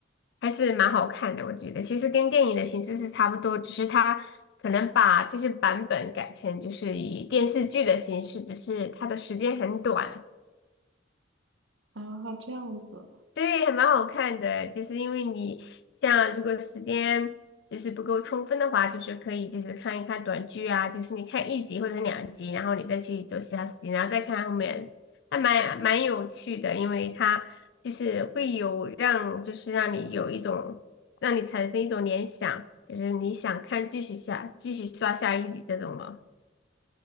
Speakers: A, on the left; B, on the right.
A: 还是蛮好看的，我觉得。其实跟电影的形式是差不多，只是它可能把这些版本改成就是以电视剧的形式，只是它的时间很短。
B: 啊，这样子
A: 对，还蛮好看的，就是因为你像如果时间就是不够充分的话，就是可以就是看一看短剧啊，就是你看一集或者两集，然后你再去做其他事情，然后再看后面，还蛮蛮有趣的，因为它就是会有让就是让你有一种让你产生一种联想，就是你想看继续下继续刷下一集这种了。